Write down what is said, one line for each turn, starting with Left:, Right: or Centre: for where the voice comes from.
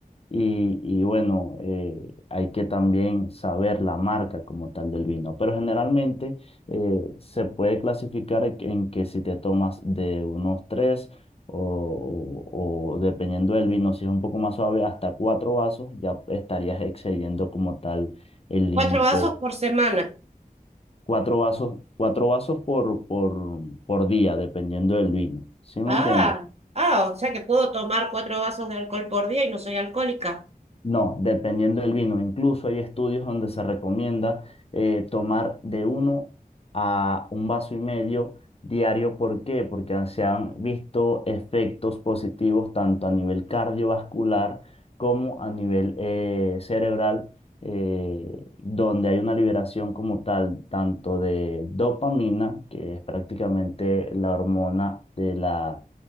Left: Y, y bueno, eh, hay que también saber la marca como tal del vino, pero generalmente eh, se puede clasificar en que si te tomas de unos tres o, o- o dependiendo del vino, si es un poco más suave, hasta cuatro vasos, ya estarías excediendo como tal el
Right: Cuatro
Left: límite.
Right: vasos por semana.
Left: Cuatro vasos, cuatro vasos por, por, por día, dependiendo del vino. ¿Sí me
Right: Ah,
Left: entiendes?
Right: ah, o sea que puedo tomar cuatro vasos de alcohol por día y no soy alcohólica.
Left: No, dependiendo del vino. Incluso hay estudios donde se recomienda eh, tomar de uno a un vaso y medio diario. ¿Por qué? Porque se han visto efectos positivos tanto a nivel cardiovascular como a nivel eh, cerebral, eh, donde hay una liberación como tal, tanto de dopamina, que es prácticamente la hormona de la,